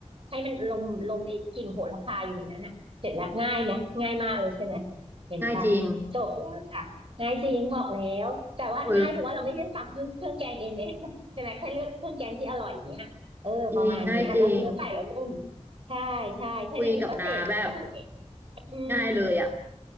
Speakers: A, on the right (about 50°); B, on the right (about 20°).
A: ให้มันลมลมไอ้กลิ่นโหระพาอยู่ในนั้นอ่ะเสร็จแล้วง่ายไหมง่ายมากเลยใช่ไหมเห็นปะจบแล้วจ้ะง่ายจริงบอกแล้วแต่ว่าง่ายเพราะว่าเราไม่ได้สั่งเครื่องเครื่องแกงเองเนี่ย
B: ง่ายจริงเออ
A: <laughs> ใช่ไหมแค่เลือกเครื่องแกงที่อร่อยอย่างเงี้ยเออประมาณเนี้ยแล้วเนื้อไก่เรานุ่ม
B: จริงง่ายจริง
A: ใช่ใช่แค่เนี้ยหนูก็เสร็จสุด
B: คุยกับน้าแบบ
A: อืม
B: ง่ายเลยอ่ะ